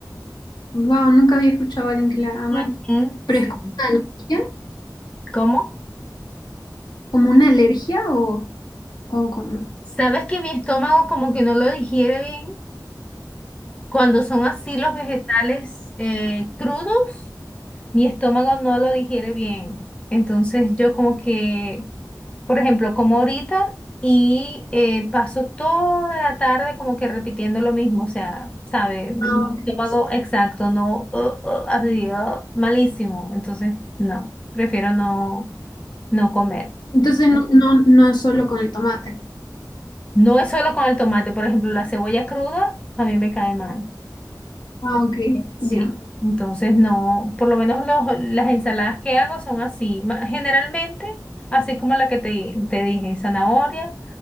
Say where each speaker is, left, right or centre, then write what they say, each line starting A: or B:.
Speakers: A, on the left; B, on the left.
A: Wow, nunca había escuchado a alguien que la aman.
B: Ujú,
A: ¿Pero
B: sí.
A: es como una alergia?
B: ¿Cómo?
A: ¿Como una alergia o, o cómo?
B: ¿Sabes que mi estómago como que no lo digiere bien cuando son así los vegetales eh, crudos? mi estómago no lo digiere bien. Entonces yo como que, por ejemplo, como ahorita y eh, paso toda la tarde como que repitiendo lo mismo, o sea, ¿sabe? Mi
A: Ah,
B: mi
A: ok.
B: estómago
A: sí.
B: exacto, no, uh, uh, así, uh, malísimo. Entonces, no, prefiero no, no comer.
A: Entonces no, no, no es solo con el tomate.
B: No es solo con el tomate, por ejemplo, la cebolla cruda a mí me cae mal.
A: Ah, ok,
B: Sí,
A: ya.
B: entonces no, por lo menos los- las ensaladas que hago son así, ma- generalmente, así como la que te, te dije, zanahoria,